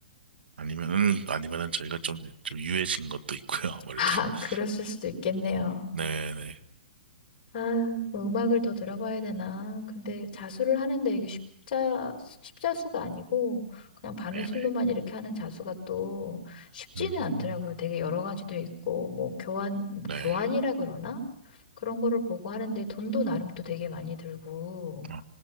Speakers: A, on the right (about 85°); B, on the left (about 45°).
A: 아니면은, 아니면은 저희가 좀, 좀 유해진 것도 있고요, 아무래도.
B: <laughs> 아,
A: <laughs>
B: 그랬을 수도 있겠네요.
A: 네네,
B: 아, 뭐 음악을 더 들어봐야 되나? 근데 자수를 하는데 이게 십자, 십자수가 아니고 그냥 바느질로만
A: 네네.
B: 이렇게 하는 자수가 또 쉽지는
A: 음,
B: 않더라고요. 되게 여러 가지도 있고, 뭐 교환, 뭐
A: 네.
B: 교환이라 그러나? 그런 거를 보고 하는데 돈도 나름 또 되게 많이 들고
A: 어,